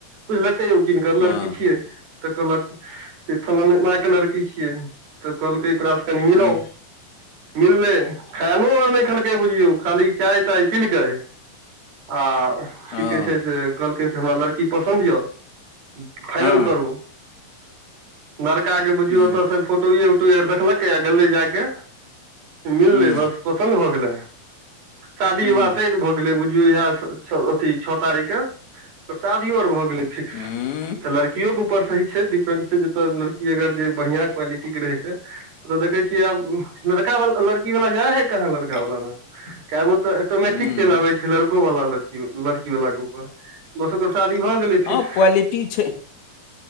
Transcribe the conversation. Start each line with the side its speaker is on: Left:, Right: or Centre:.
Right: बुझलकै यौ किनकर
Left: हँ
Right: लड़की छियै तऽ कहलक से फलान मा के लड़की छियै तऽ कहलकै ओकरासे कनि मिलो
Left: हूँ
Right: मिलले खानो आर नहि देखलकै बुझियौ खाली चाय ताय पीलकै आ की
Left: हँ
Right: कहै छै से कहलकै से हमरा लड़की पसन्द यऽ फाइनल
Left: हँ
Right: करू लड़का के बुझियौ
Left: हूँ
Right: ओतऽ से फोटोए उटो आर देखलकै आ गले जाइे मिललै
Left: हूँ
Right: बस पसन्द भऽ गेलै शादी
Left: हूँ
Right: विवाह तय भऽ गेलै बुझियौ इह अथी छओ तारीख के शादियै आर भए गेले <unintelligible> फिक्स
Left: हूँ
Right: तऽ लड़कीयोके ऊपर सही छै डिपेंड छै जतय लड़की अगर जे बढ़िया क्वालिटी के रहै छै तऽ देखै छियै आब लड़का वाल लड़की वाला जाय है कहाँ लड़का वाला लग केगो तऽ तऽ मैट्रिक
Left: हूँ
Right: चलि आबै छै लड़को वाला लड़की लड़की वलाके ऊपर बस ओकर शादी भऽ गेलै
Left: हँ
Right: फिक्स
Left: क्वालिटी छै